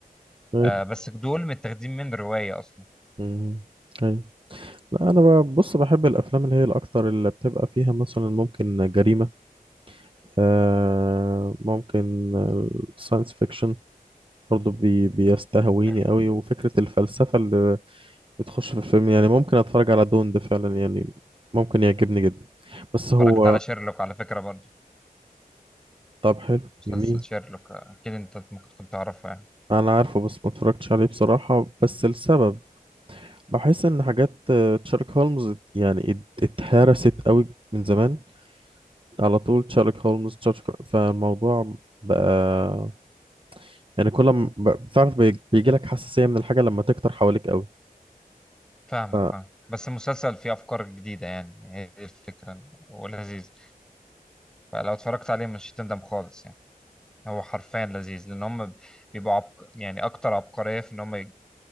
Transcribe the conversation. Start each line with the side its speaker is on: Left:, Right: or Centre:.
Right: أيوة
Centre: آه بس دول متاخدين من روايه اصلا
Right: مم. أيوة لا أنا بقى- بص بحب الأفلام اللي هي الأكتر اللي بتبقى فيها مثلا ممكن جريمة آه ممكن الساينس فيكشن برضو بي بيستهويني
Centre: حلو.
Right: قوي وفكرة الفلسفة اللي بتخش في الفيلم يعني ممكن اتفرج على دون ده فعلا يعني ممكن يعجبني جدا بس
Centre: اتفرجت
Right: هو
Centre: على شيرلوك على فكره برضو
Right: طب حلو
Centre: مسلسل
Right: جميل
Centre: شيرلوك آه، اكيد انت ممكن تكون تعرفه يعني
Right: انا عارفه بس ما اتفرجتش عليه بصراحة بس السبب بحس ان حاجات آه، تشارلوك هولمز يعني ات- اتهرست قوي من زمان على طول تشارلوك هولمز تشارلوك فالموضوع بقى يعني كل ما ب- بتعرف بيجي لك حساسية من الحاجة لما تكتر حواليك قوي
Centre: فاهمك
Right: ف-
Centre: فاهم بس المسلسل فيه افكار جديده يعني هي دي الفكره ولذيذ فلو اتفرجت عليه مش هتندم خالص يعني هو حرفيا لذيذ لان هم بيبقوا عبق... يعني اكتر عبقريه في ان هم